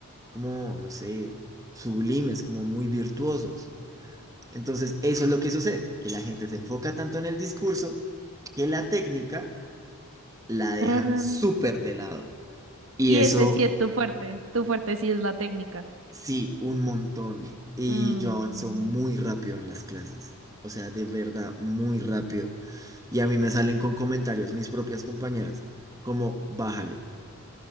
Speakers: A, on the right (about 15°); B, on the right (about 60°).
A: como, no sé, sublimes, como muy virtuosos. Entonces, eso es lo que sucede, que la gente se enfoca tanto en el discurso que la técnica la dejan
B: Ah,
A: súper de lado. Y
B: Y
A: eso
B: ese sí es tu fuerte. Tu fuerte sí es la técnica.
A: Sí, un montón. Y
B: Mm,
A: yo avanzo muy rápido en las clases. O sea, de verdad, muy rápido. Y a mí me salen con comentarios mis propias compañeras, como, bájale.